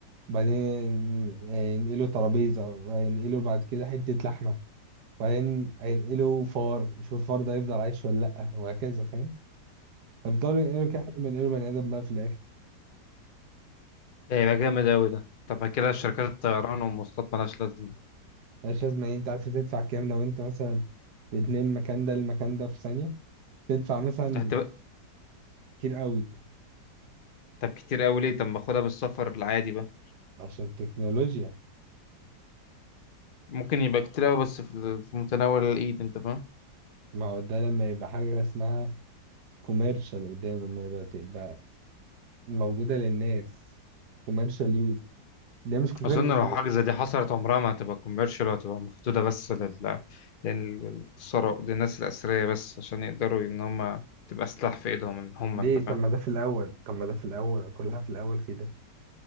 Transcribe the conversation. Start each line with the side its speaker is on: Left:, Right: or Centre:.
Right: بعدين هينقلوا ترابيزه وهينقلوا بعد كده حته لحمه وبعدين هينقلوا فار شوف الفار ده هيفضل عايش ولا لا وهكذا فاهم هيفضلوا ينقلوا كده لحد ما ينقلوا بني ادم بقى في الاخر
Left: ده هيبقى جامد قوي ده طب كده شركات الطيران والمواصلات مالهاش لازمه
Right: مش لازم يعني انت عارف تدفع كام لو انت مثلا بتنام المكان ده للمكان ده في ثانيه تدفع مثلا
Left: هتبقى
Right: كتير قوي
Left: طب كتير قوي ليه طب ما اخدها بالسفر العادي بقى
Right: عشان التكنولوجيا
Left: ممكن يبقى كتير قوي بس في ال- في متناول الايد انت فاهم
Right: ما هو ده لما يبقى حاجة اسمها كوميرشال قدام لما يبقى تبقى موجودة للناس كوميرشال يوز ده مش كوميرشال
Left: اظن لو حاجه زي دي حصلت عمرها ما هتبقى كوميرشال وهتبقى محدوده بس لل للثراء للناس الاثرياء بس عشان يقدروا ان هم تبقى سلاح في ايدهم ان هم
Right: ليه
Left: انت فاهم
Right: طب ما ده في الأول طب ما ده في الأول كلها في الأول كده